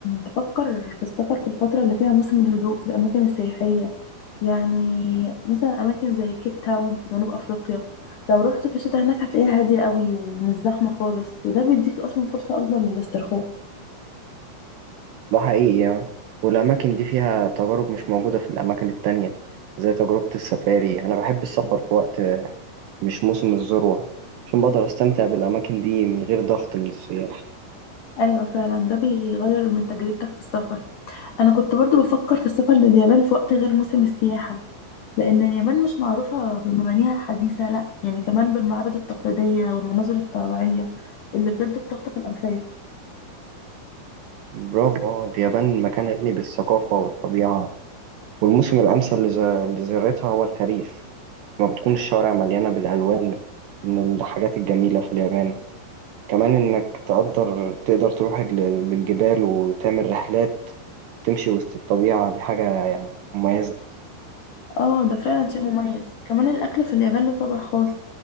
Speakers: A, on the left; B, on the right.
A: تفكر في السفر في الفترة اللي فيها موسم الهدوء في الأماكن السياحية يعني مثلا أماكن زي كيب تاون في جنوب أفريقيا لو رحت في الشتاء هناك هتلاقيها هادية قوي ومش زحمة خالص وده بيديك أصلا فرصة أكبر للاسترخاء
B: ده حقيقي يعني والأماكن دي فيها تجارب مش موجودة في الأماكن التانية زي تجربة السفاري أنا بحب السفر في وقت مش موسم الذروة عشان بقدر أستمتع بالأماكن دي من غير ضغط من السياح
A: أيوة فعلا ده بيغير من تجربتك في السفر أنا كنت برضو بفكر في السفر لليابان في وقت غير موسم السياحة لأن اليابان مش معروفة بمبانيها الحديثة لأ يعني كمان بالمعابد التقليدية والمناظر الطبيعية اللي بجد بتخطف الأنفاس
B: برافو آه، اليابان مكان غني بالثقافة والطبيعة والموسم الأمثل لز- لزيارتها هو الخريف لما بتكون الشوارع مليانة بالألوان من الحاجات الجميلة في اليابان كمان إنك تقدر تقدر تروح لل- للجبال وتعمل رحلات تمشي وسط الطبيعة دي حاجة يعني مميزة
A: اه ده فعلا شيء مميز كمان الأكل في اليابان له طابع خاص